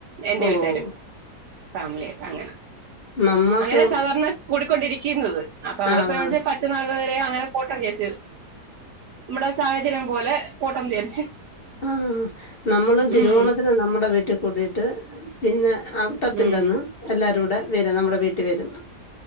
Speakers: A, on the right (about 80°); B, on the left (about 50°).
A: എന്റെ
B: ഓഹ്
A: വീട്ടാരും ഫാമിലിയായിട്ട് അങ്ങനെ
B: നമ്മക്ക്
A: അങ്ങനെ സാധാരണ കൂടിക്കൊണ്ടിരിക്കുന്നത് അപ്പൊ നമ്മളിപ്പോ
B: ആഹ്
A: പറ്റുന്നത് വരെ അങ്ങനെ പോട്ടേന്ന് വിചാരിച്ച് നമ്മടെ സാഹചര്യം പോലെ കൂട്ടം ചേരിച്ച്
B: ആഹ് ഹാ ഹ നമ്മളും തിരുവോണത്തിന്
A: ഉം
B: നമ്മടെ വീട്ടി കൂടീട്ട് പിന്നെ അവിട്ടത്തിന്റെ
A: ഉം
B: അന്ന് എല്ലാരൂടെ വരും നമ്മടെ വീട്ടിവരും